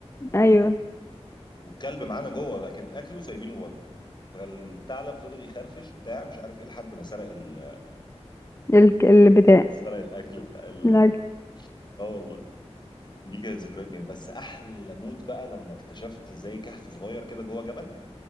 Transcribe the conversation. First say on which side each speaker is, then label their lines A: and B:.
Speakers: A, on the left (about 25°); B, on the left (about 40°).
A: ايوه
B: والكلب معانا جوه لكن اكله سايبينه بره فالثعلب فضل يخرفش بتاع مش عارف ايه لحد ما سرق ال...
A: ال- البتاع
B: سرق الاكل بتاع ال...
A: لا
B: اه والله دي كانت ذكريات جميله بس احلى مود بقى لما اكتشفت زي كهف صغير كده جوه جبل